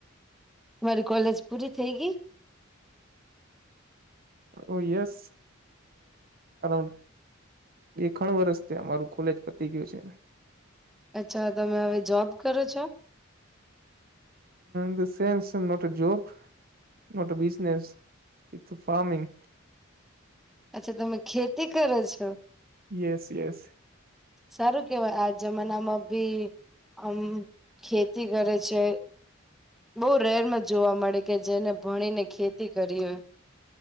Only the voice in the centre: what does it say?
તમારી કોલેજ પૂરી થઈ ગઈ
અચ્છા તમે હવે જોબ કરો છો?
અચ્છા તમે ખેતી કરો છો
સારું કેવાય આ જમાના માંભી હમ ખેતી કરે છે બો રેરમાં જોવા મળે કે જેને ભણીને ખેતી કરી હોય